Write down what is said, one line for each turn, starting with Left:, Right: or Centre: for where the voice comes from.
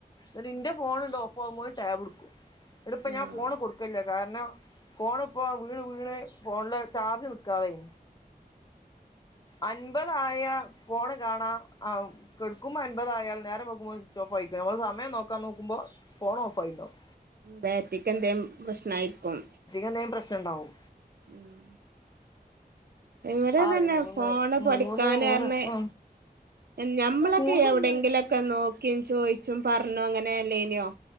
Left: എന്നിട്ട് ഇന്റെ ഫോണിണ്ട് ഓഫ് ആവുമ്പോ ടാബ് എടുക്കും ഇങ്ങട്ട് ഇപ്പം ഞാൻ
Right: ആഹ്
Left: ഫോൺ കൊടുക്കു ക്കല്ല്യ കാരണം ഫോണ് ഇപ്പോ വീണ് വീണ് ഫോണില് ചാർജ് നി ക്കാതായി അൻപതായ ഫോണ് കാണാ ആഹ് കടുുമ്പോ അമ്പപതായയാൽ നേരെ കെട്ക്ക്മ്പോ അൻപത് ആയാൽ നേരം വെളുക്കുംമ്പോത്തിനു സ്വിച്ച് ഓഫ് ആയി നമ്മള് സമയം നോക്കാ നോക്കുമ്പോ ഫോൺ ഓഫ് ആയിണ്ടാവും
Right: ബാറ്ററിക്ക് എന്തേം പ്രശ്നായിരിക്കും
Left: എന്തേം പ്രശ്നം ഇണ്ടാവും
Right: ഉം ഇവിടെ
Left: ആ
Right: തന്നെ
Left: ഒരു മൂന്ന്
Right: ഫോണ് പഠിക്കാൻ
Left: മൂന്ന് മൂന്ന്
Right: പറഞ്ഞ്
Left: ആ
Right: ഞമ്മളൊക്കെ
Left: മൂന്ന്
Right: എവിടെങ്കിലും
Left: കൊല്ലായി
Right: ഒക്കെ നോക്കിയും ചോയിച്ചും പറഞ്ഞും അങ്ങനെ അല്ലേനോ